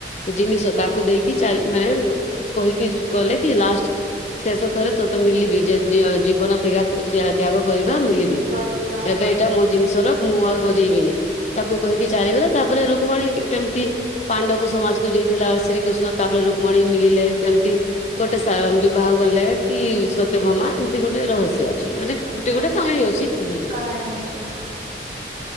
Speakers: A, on the left; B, on the right.
A: ଜିନିଷ ତାକୁ ଦେଇକି ଚା ମାନେ କହିକି ଗଲେ କି ଲାଷ୍ଟ ଶେଷ ଥରେ ତୋତେ ମିଲିବି ଯେ ଜୀବନ ତ୍ୟାଗ କରିବା ମିଲିବି।
B: କରିବା ହଁ
A: ଏବେ ଏଇଟା ମୋ ଜିନିଷ ର ମୁଁ ଆ ବଜେଇବିନି। ତାକୁ କହିକି ଚାଲିଗଲେ ତାପରେ ଭଉଣୀ କେ କେମିତି ପାଣ୍ଡବ ସମାଜକୁ ଯାଇଥିଲା। ଶ୍ରୀକୃଷ୍ଣ ତାପରେ ରୁକ୍ମଣୀ ମିଳିଲେ କେମତି ଗୋଟେ ସା ବିବାହ କଲେ କି ସତ୍ୟଭାମା ଏମିତି ଗୋଟେ ରହସ୍ୟ ଅ ଛି ମାନେ
B: ଆଚ୍ଛା
A: ଗୋଟେ ଗୋଟେ
B: ଆଚ୍ଛା।
A: କାହାଣୀ ଅଛି ଉଁ
B: କାହାଣୀ ଅଛି ହଁ